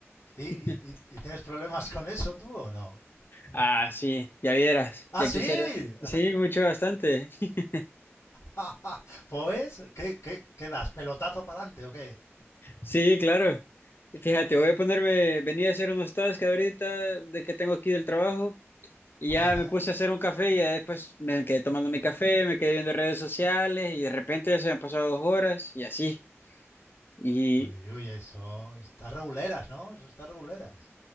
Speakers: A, on the left; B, on the left.
A: ¿Y, y-
B: <laughs>
A: y- y tienes problemas con eso tú o no?
B: Ah, sí, ya vieras,
A: ¡Ah,
B: ya
A: sí!
B: quisiera. Sí, mucho, bastante. <laughs>
A: <laughs> Pues, ¿qué, qué, qué das? ¿Pelotazo para adelante o qué?
B: Sí, claro. Fíjate, voy a ponerme, venía a hacer unos tasks ahorita de que tengo aquí del trabajo. Y
A: <laughs>
B: ya
A: Ejé.
B: me puse a hacer un café y ya después me quedé tomando mi café, me quedé viendo redes sociales y de repente ya se me han pasado dos horas y así. Y
A: Uy, uy, uy, eso está reguleras, ¿no? Eso está reguleras.